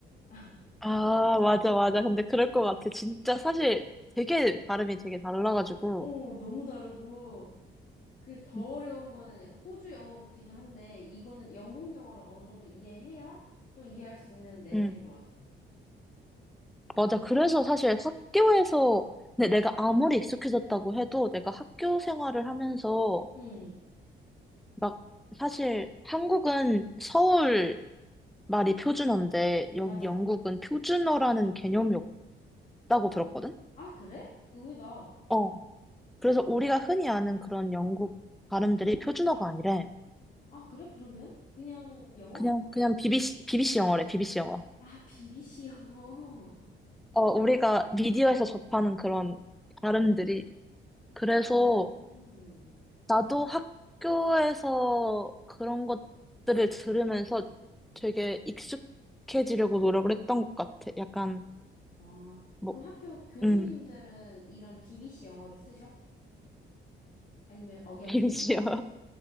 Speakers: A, on the left; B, in the centre.
A: <laughs>
B: 아, 맞아, 맞아. 근데 그럴 것 같아. 진짜 사실 되게 발음이 되게 달라가지고.
A: 어, 너무 다르고, 그 더
B: 응,
A: 어려운 거는 호주 영어 같기도 한데, 이거는 영국 영어를 어느 정도 이해해야 또 이해할 수 있는 레벨인
B: 응.
A: 것 같아.
B: 맞아. 그래서 사실 학교에서, 근데 내가 아무리 익숙해졌다고 해도 내가 학교 생활을 하면서
A: 응,
B: 막, 사실 한국은 서울 말이 표준어인데, 여기
A: 맞아.
B: 영국은 표준어라는 개념이 없다고 들었거든?
A: 어, 아, 그래? 의외다.
B: 어. 그래서 우리가 흔히 아는 그런 영국 발음들이 표준어가 아니래.
A: 아, 그래? 그러면? 그냥 영어?
B: 그냥, 그냥 BBC, BBC 영어래, BBC 영어.
A: 아, BBC 영어. <laughs>
B: 어, 우리가 미디어에서 접하는 그런 발음들이. 그래서
A: 음.
B: 나도 학교에서 그런 것들을 들으면서 되게 익숙해지려고 노력을 했던 것 같아. 약간,
A: 아,
B: 뭐,
A: 그럼 학교 교수님들은
B: 음.
A: 이런 BBC 영어를 쓰셔? 아니면 억양이
B: 알지요.
A: 좀 달라?